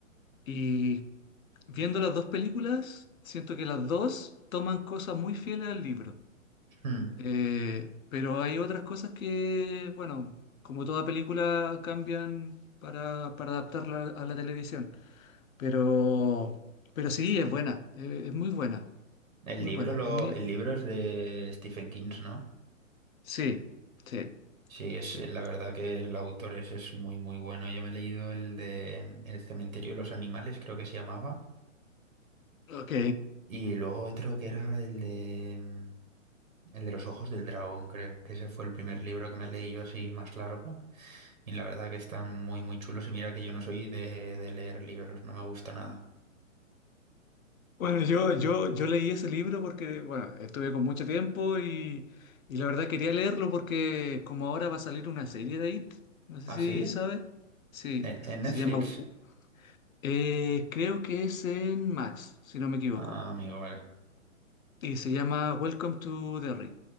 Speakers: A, on the left; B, on the right.
A: y viendo las dos películas, siento que las dos toman cosas muy fieles al libro.
B: Hmm.
A: Eh, pero hay otras cosas que, bueno, como toda película, cambian para, para adaptarla a la televisión. Pero, pero sí, es buena, eh, es muy buena,
B: El
A: muy
B: libro,
A: buena.
B: lo,
A: A mí,
B: el libro es de Stephen King, ¿no?
A: sí, sí,
B: Sí, es
A: sí.
B: eh, la verdad que el autor es, es muy muy bueno. Yo me he leído el de mm, El cementerio de los animales, creo que se llamaba,
A: Ok.
B: y luego otro que era el de mm, el de los ojos del dragón, creo, que ese fue el primer libro que me leí yo así más largo, y la verdad que están muy muy chulos. Y mira que yo no soy de, de leer libros, no me gusta nada.
A: Bueno, yo, yo, yo leí ese libro porque, bueno, estuve con mucho tiempo y, y la verdad quería leerlo porque como ahora va a salir una serie de IT, no sé
B: ¿Ah,
A: si
B: sí?
A: sabe, sí,
B: ¿E- ¿En Netflix?
A: se llama, eh, creo que es en Max, si no me equivoco,
B: Ah, amigo, vale.
A: y se llama Welcome to Derry.